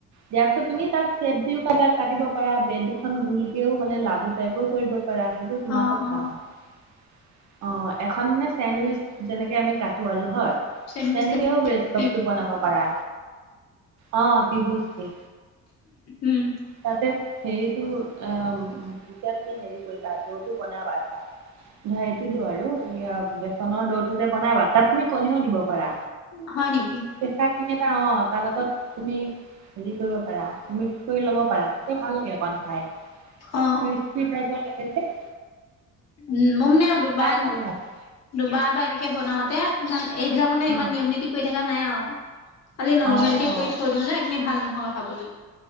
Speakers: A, on the right (about 65°); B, on the left (about 60°).
A: দিয়াৰ পিছত তুমি তাক চেপ দিও কাটা কাটিব পাৰা, ব্ৰেড দুখন গোুলকেও মানে লাডু টাইপো কৰিব পাৰা, সেইটো তোমাৰ
B: অ
A: কথা
B: অ
A: আওঁ। অ', এখন মানে চেন্দউইচ যেনেকে আমি কাটো আৰু হয়।
B: চেন্দউইচ
A: তেনেকেও
B: <unintelligible>
A: ব্ৰেড চপটো বনাব পাৰা, অ ত্ৰিভুজ দি।
B: উম
A: তাতে হেৰিটো অ, যেতিয়া তুমি হেৰি কৰিবা, দৌটো বনাবা ধৰা নাই এইটোতো আৰু ইয়া বেচনৰ দৌটোযে বনাবা, তাত তুমি কণীও দিব পাৰা
B: হয় নেকি?
A: কেঁচা কণী এটা অ, তাৰ লগত তুমি হেৰি কৰিব পাৰা, তুমি <unintelligible> কৰি ল'ব পাৰা, তেতিয়া ভাল লাগে অকণ খাই।
B: অ অ
A: <unintelligible> লাগেজে।
B: উম, মই মানে দুবান
A: খাই ভাল লাগে
B: দুবাৰ বা এনেকে বনাওঁতে <unintelligible> এইবিলাক মানে
A: অ',
B: ইমান নিয়ম -নীতি কৰি থকা নাই আৰু। খালি নৰ্মেল
A: অ',
B: কে কৰি থৈ দিওঁ যে, এইখিনি ভাল নহয় খাবলৈ।